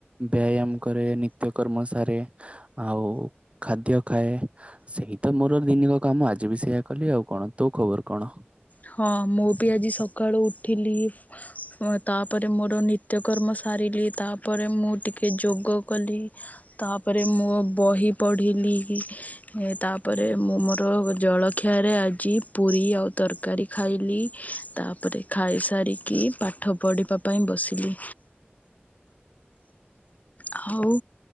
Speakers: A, on the right; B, on the left.
A: ବ୍ୟାୟାମ କରେ ନିତ୍ୟକର୍ମ ସାରେ। ଆଉ ଖାଦ୍ୟ ଖାଏ। ସେଇ ତ ମୋର ଦିନିକ କାମ ଆଜି ବି ସେଇଆ କଲି ଆଉ କଣ ତୋ ଖବର କଣ।
B: ହଁ ମୁଁ ବି ଆଜି ସକାଳୁ ଉଠିଲି ହଁ ତାପରେ ମୋର ନିତ୍ୟକର୍ମ ସାରିଲି ତାପରେ ମୁଁ ଟିକେ ଯୋଗ କଲି। ତାପରେ ମୁଁ ବହି ପଢ଼ିଲି କି ତାପରେ ମୁଁ ମୋର ଜଳଖିଆରେ ଆଜି ପୁରୀ ଆଉ ତରକାରୀ ଖାଇଲି ତାପରେ ଖାଇସାରିକି ପାଠ ପଢ଼ିବା ପାଇଁ ବସିଲି। ହଉ